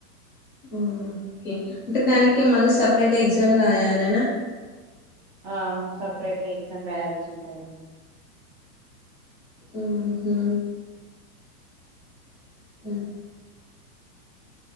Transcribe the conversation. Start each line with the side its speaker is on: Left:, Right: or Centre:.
Left: ఓకే అంటే దానికి మళ్ళీ సపరేట్ ఎగ్జామ్ రాయాలనా
Right: ఆ సపరేట్ ఎగ్జామ్ రాయాల్సి ఉంటాయి
Left: ఆహా ఆ